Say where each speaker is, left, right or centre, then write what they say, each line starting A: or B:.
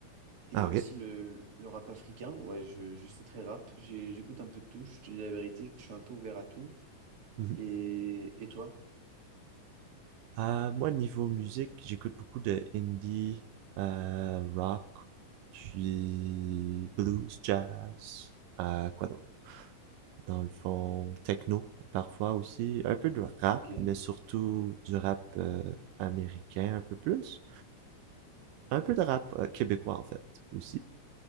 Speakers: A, on the right (about 45°); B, on the right (about 85°).
A: et
B: Ah,
A: aussi
B: ok.
A: le, le rap africain. Ouais, je, je suis très rap, J'ai- j'écoute un peu de tout, je te dis la vérité, je suis un peu ouvert à tout.
B: Mhm.
A: Et, et toi?
B: Euh, moi, niveau musique, j'écoute beaucoup de indie, euh, rock, puis blues, jazz, euh, quoi d'autre? dans le fond, techno parfois aussi, un peu de rap,
A: Ok.
B: mais surtout du rap euh, américain un peu plus, un peu de rap euh, québécois en fait aussi.